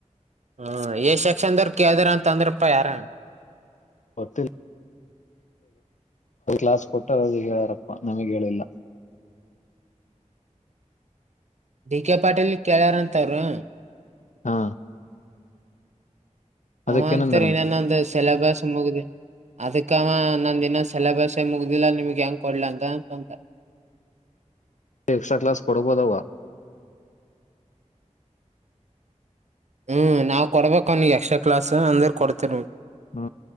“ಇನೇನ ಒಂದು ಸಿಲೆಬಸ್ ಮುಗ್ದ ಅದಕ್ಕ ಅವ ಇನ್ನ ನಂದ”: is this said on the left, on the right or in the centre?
Right